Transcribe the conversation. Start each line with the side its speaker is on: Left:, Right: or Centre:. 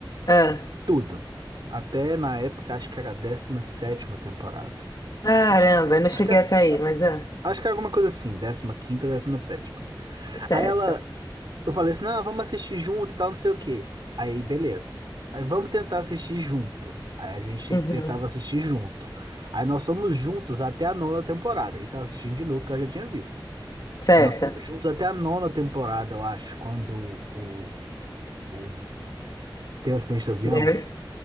Left: Ah,
Right: tudo. Até na época, acho que era a 17ª temporada.
Left: caramba,
Right: Acho, a-
Left: eu não cheguei
Right: acho que, era-
Left: até aí,
Right: a-
Left: mas... ah.
Right: acho que era alguma coisa assim, décima quinta décima sétima
Left: Certo.
Right: Aí ela, Eu falei assim, não, vamos assistir junto e tal, não sei o quê. Aí, beleza. Aí vamos tentar assistir junto. Aí a gente
Left: Uhum.
Right: tentava assistir junto. Aí nós fomos juntos até a nona temporada. Isso ela assistindo de novo, porque ela já tinha visto.
Left: Certa.
Right: Aí nós fomos juntos até a nona temporada, eu acho, quando o, o- tem o acidente do avião.
Left: There.